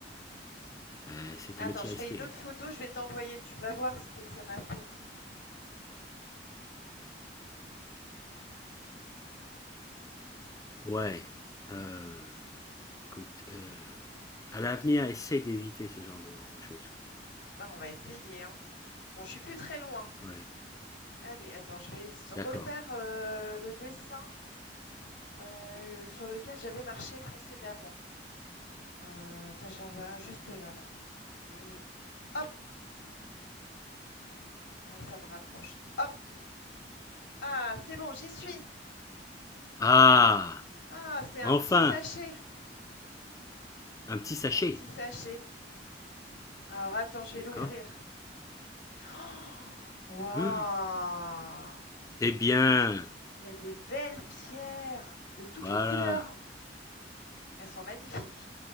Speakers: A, on the left; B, on the left.
A: Euh, c'est
B: Attends,
A: un métier
B: je
A: risqué.
B: fais une autre
A: hein.
B: photo, je vais t'envoyer. Tu vas voir ce que ça m'a fait.
A: Ouais. Euh, écoute, euh, à l'avenir, essaye d'éviter ce genre de, de choses.
B: Ah, on va essayer, hein. Bon, je suis plus très loin.
A: Ouais.
B: Allez, attends, je vais s- refaire
A: D'accord.
B: euh, le dessin euh, sur lequel j'avais marché précédemment. Euh, tiens, j'en vois un juste là, là. Et hop, ah, ça me rapproche. Hop, ah, c'est bon, j'y suis.
A: Ah,
B: Ah, c'est un
A: enfin,
B: petit sachet.
A: un petit
B: C'est
A: sachet.
B: un petit sachet. Alors, attends, je
A: D'accord.
B: vais l'ouvrir. Oh, Waouh!
A: <gasps> C'est bien.
B: Il y a des belles pierres de toutes
A: Voilà.
B: les couleurs. Elles sont magnifiques.